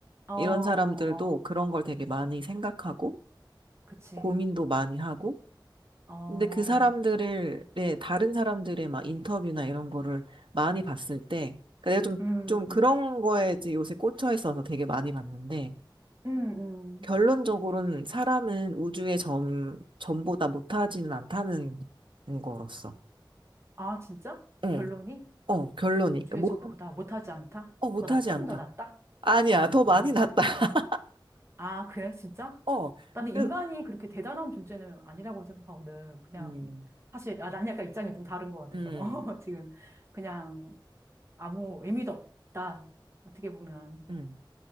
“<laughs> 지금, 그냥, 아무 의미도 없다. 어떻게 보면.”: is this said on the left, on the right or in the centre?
Right